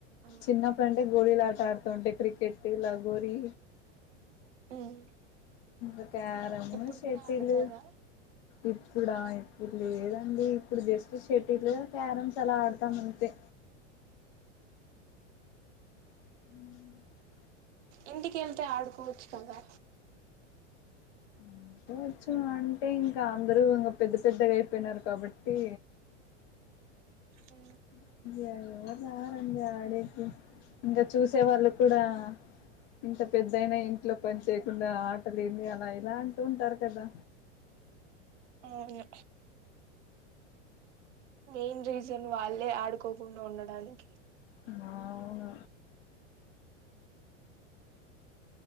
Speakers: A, on the right (about 70°); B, on the left (about 55°).
A: ఆ
B: చిన్నప్పుడు అంటే గోళీలు ఆట ఆడుతూ ఉంటే క్రికెట్ లగోరీ
A: మ్మ్
B: ఒకా ప్రము
A: ఇప్పుడు
B: శేతిలు
A: కూడా ఆడతారా
B: ఇర్ ప్పుడ ఇప్పుడు లేదండి ఇప్పుడు జస్ట్ షటిలు క్యారమ్స్ అలా ఆడతామంతే ఉ
A: ఇంటికి వెళ్తే ఆడుకోవచ్చు కదా
B: <unintelligible> నా అంటే ఇంకా అందరూ ఇంకా పెద్ద పెద్దగా అయిపోయినారు కాబట్టి
A: ఉ
B: <unintelligible> యాడ్ ఇంగ ఆడేది ఇంకా చూసే వాళ్ళు కూడా ఇంత పెద్దయినా ఇంట్లో పని చేయకుండా ఆటలే ఏంది అలా ఇలా అంటూ ఉంటారు కదా
A: అవును మెయిన్ రీజన్ వాళ్ళే ఆడుకోకుండా ఉండడానికి
B: అవును